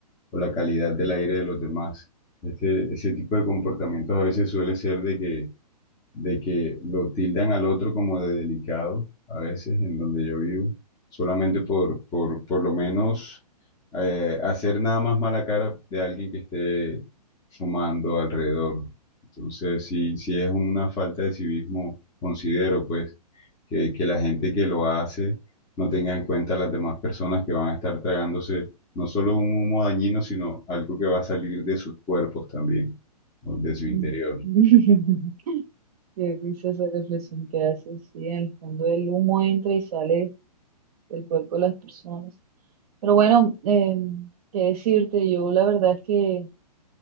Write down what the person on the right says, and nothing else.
Mm. <laughs> Qué risa esa reflexión que haces, sí, en el fondo el humo entra y sale del cuerpo de las personas. Pero bueno, eh, qué decirte, yo la verdad es que